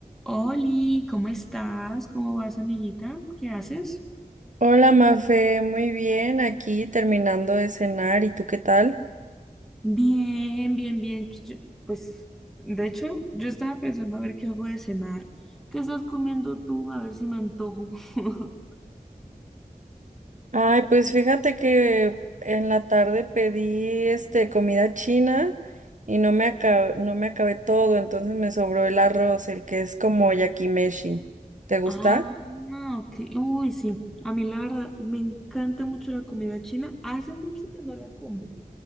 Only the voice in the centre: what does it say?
Oli, ¿cómo estás? ¿Cómo vas, amiguita? ¿Qué haces?
Bien, bien, bien. Ch- Yo- pues, de hecho, yo estaba pensando a ver qué hago de cenar. ¿Qué estás comiendo tú? A ver si me antojo. <laughs>
Ah, no, ok. Uy, sí. A mí la verdad me encanta mucho la comida china. Hace mucho que no la como,